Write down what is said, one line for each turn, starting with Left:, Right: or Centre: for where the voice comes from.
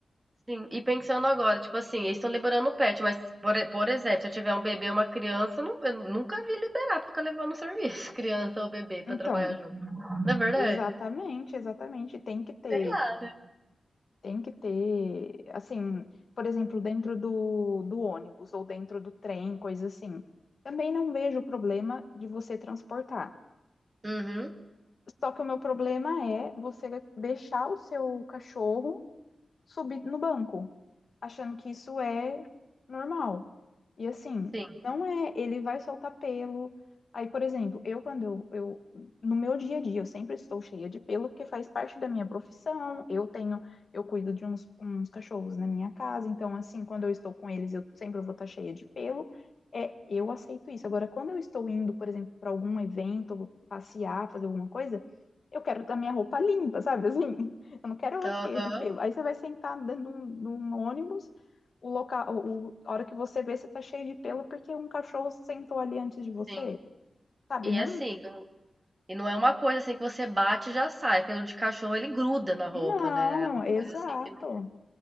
Right: Sim, e pensando agora, tipo assim, eles estão liberando o pet, mas, por, e- por exemplo, se eu tiver um bebê ou uma criança, eu, não- eu nunca vi liberar pra ficar levando serviço, <laughs> criança ou bebê, pra
Left: Então.
Right: trabalhar junto. Não é verdade?
Left: Exatamente, exatamente. Tem que ter,
Right: Sei lá, né?
Left: tem que ter, assim, por exemplo, dentro do, do ônibus ou dentro do trem, coisa assim. Também não vejo problema de você transportar.
Right: Uhum,
Left: Só que o meu problema é você deixar o seu cachorro subir no banco, achando que isso é normal. E assim,
Right: sim.
Left: não é, ele vai soltar pelo. Aí, por exemplo, eu quando eu, eu no meu dia a dia, eu sempre estou cheia de pelo porque faz parte da minha profissão. Eu tenho, eu cuido de uns, uns cachorros na minha casa, então assim, quando eu estou com eles, eu sempre vou estar cheia de pelo. É, eu aceito isso. Agora, quando eu estou indo, por exemplo, para algum evento, passear, fazer alguma coisa, eu quero ter a minha roupa limpa, sabe? Assim, eu não quero ela
Right: Aham,
Left: cheia de pelo. Aí você vai sentar dentro de um, de um ônibus, o local, o, a hora que você vê, você tá cheio de pelo porque um cachorro sentou ali antes de você.
Right: sim.
Left: Sabe?
Right: E
Left: Não,
Right: assim, não, e não é uma coisa assim que você bate e já sai. Pelo de cachorro, ele gruda na roupa,
Left: não,
Right: né? É uma
Left: exato.
Right: coisa assim que não.